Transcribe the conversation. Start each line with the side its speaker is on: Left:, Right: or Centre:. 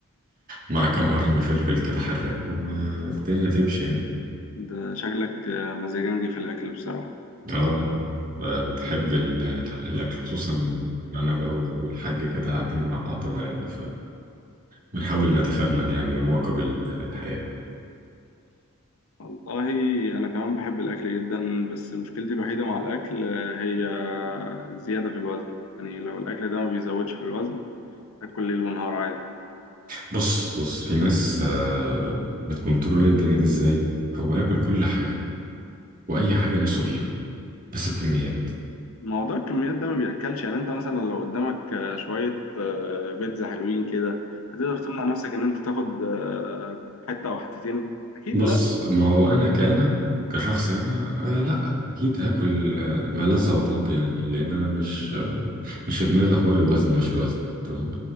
Right: مع كام قرن فلفل كده حراق والدنيا تمشي يعني
Left: ده شكلك آه، مزاجنجي في الأكل بصراحة
Right: اه ب- بحب ال- الأكل خصوصا إن أنا بقى والحاج كده قاعدين مع بعضنا يعني فبنحاول نتفنن يعني ونواكب ال- الحياة
Left: والله أنا كمان بحب الأكل جدا بس مشكلتي الوحيدة مع الأكل آه، هي الزيادة في الوزن يعني لو الأكل ده ما بيزودش في الوزن اكل ليل ونهار عادي
Right: بص بص في ناس آه، بتكنترول الدنيا دي ازاي هو ياكل كل حاجة وأي حاجة نفسه فيها بس بكميات
Left: موضوع الكميات ده ما بياكلش يعني انت مثلا لو قدامك آه، شويه آه، بيتزا حلوين كده هتقدر تمنع نفسك ان انت تاخد آه، حته او حتتين اكيد
Right: بص
Left: لا
Right: ما هو انا كأنا كشخص انا آه لا اكيد هاكل آه، ما لذ وطاب يعني لان انا مش آه مش في دماغي حوار الوزن ومش الوزن تمام